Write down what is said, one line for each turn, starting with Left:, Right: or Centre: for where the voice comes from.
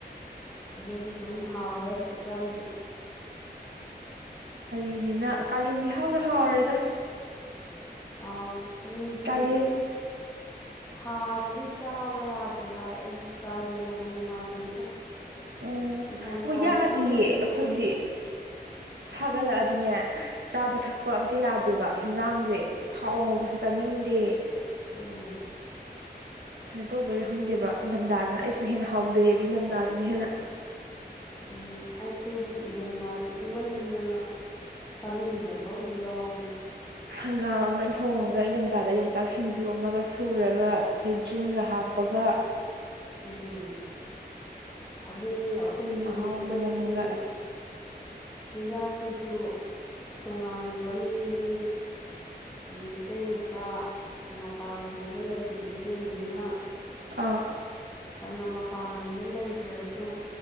Left: ꯑꯗꯨꯁꯨ ꯑꯗꯨꯝ ꯍꯥꯎꯔꯦ ꯍꯧꯖꯤꯛꯀꯥꯟꯗꯤ
Right: ꯅꯤꯅ ꯀꯥꯂꯦꯟꯗꯤ ꯏꯍꯥꯎꯗꯥ ꯍꯥꯎꯔꯦꯗꯥ
Left: ꯑꯥꯎ ꯃꯤꯗꯤ
Right: ꯇꯜꯂꯦ
Left: ꯁꯥꯕꯒꯤ ꯆꯥꯕ ꯌꯥꯗꯦ ꯍꯥꯏ ꯑꯩꯗꯤ ꯀꯥꯂꯦꯟꯅꯕꯨ ꯅꯨꯡꯉꯥꯏꯖꯩꯗ
Right: ꯎꯝ
Left: ꯅꯤꯡꯊꯝꯊꯥꯁꯦ
Right: ꯌꯥꯗꯤꯌꯦ
Left: ꯏꯪꯃꯟꯗꯅ
Right: ꯑꯈꯣꯏꯗꯤ ꯁꯥꯒꯠꯂꯛꯑꯥꯗꯤꯅꯦ ꯆꯥꯕ ꯊꯛꯄ ꯑꯝꯇꯥ ꯌꯥꯗꯦꯕ ꯍꯦꯟꯖꯥꯡꯖꯦ ꯊꯥꯎ ꯉꯧꯕꯁꯨ ꯆꯥꯅꯤꯡꯗꯦ
Left: ꯎꯝ
Right: ꯀꯩꯅꯣ ꯇꯧꯕꯩꯔꯥ ꯈꯪꯗꯦꯕ ꯏꯪꯊꯝꯊꯥꯗꯅ ꯑꯩꯁꯨ ꯍꯦꯟꯅ ꯍꯥꯎꯖꯩꯌꯦꯕꯥ ꯏꯪꯊꯝꯊꯥꯗꯅ ꯍꯦꯟꯅ
Left: ꯎꯝ ꯑꯩꯩꯈꯣꯏꯒꯤ ꯏꯪꯊꯝꯊꯥꯖꯦ ꯏꯪꯃꯟꯗꯥꯅ ꯆꯥꯅꯤꯡꯗꯥꯕ ꯑꯃꯕꯨ ꯌꯥꯎꯋꯤꯗꯥ
Right: ꯍꯪꯒꯥꯝ ꯑꯃꯥ ꯊꯣꯡꯉꯥꯒ ꯏꯪꯊꯝꯊꯥꯗ ꯌꯣꯡꯆꯥꯛ ꯁꯤꯡꯖꯨ ꯑꯃꯒ ꯁꯨꯔꯒ ꯊꯣꯏꯗ꯭ꯔꯤꯡꯒꯥ ꯍꯥꯞ ꯄꯥꯒꯥ
Left: ꯎꯝ ꯑꯗꯨꯅꯦ ꯑꯩꯈꯣꯏꯒꯤ
Right: ꯑꯗꯨ ꯃꯍꯥꯎ
Left: ꯃꯩꯇꯩꯒꯤ
Right: ꯃꯅꯝꯒ
Left: ꯆꯤꯟꯖꯥꯛꯁꯤꯁꯨ ꯇꯣꯉꯥꯟꯕ ꯑꯃꯅꯤ
Right: <inaudible>
Left: ꯃꯩꯇꯩ ꯃꯆꯥ ꯃꯄꯥꯥꯟ ꯂꯝꯗ ꯂꯩꯈꯤꯕꯁꯤꯡꯁꯤꯅ
Right: ꯑꯥ
Left: ꯐꯅ ꯃꯄꯥꯟ ꯂꯝꯗ ꯂꯩꯈ꯭ꯔꯁꯨ